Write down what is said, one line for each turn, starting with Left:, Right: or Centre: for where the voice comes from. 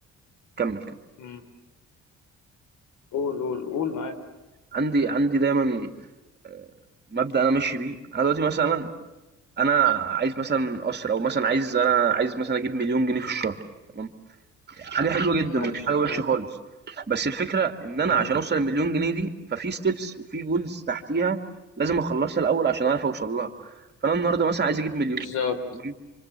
Right: كمّل، كمّل.
Left: مم. قول قول قول معاك
Right: عندي عندي دايمًا آآ مبدأ أنا ماشي بيه. أنا دلوقتي مثلًا أنا عايز مثلًا قَصْر أو مثلًا عايز أنا عايز مثلًا أجيب 1.000.000 جنيه في الشهر تمام، حاجة حلوة جدًا
Left: ماشي
Right: ومش حاجة وِحشة
Left: آه،
Right: خالص، بس الفكرة إن أنا
Left: مم،
Right: عشان أوصل ال1.000.000 جنيه دي، ففي steps وفي goals تحتيها لازم أخلّصها الأول عشان أعرف أوصل لها. فأنا النهارده مثلًا عايز أجيب 1.000.000
Left: بالظبط
Right: تمام،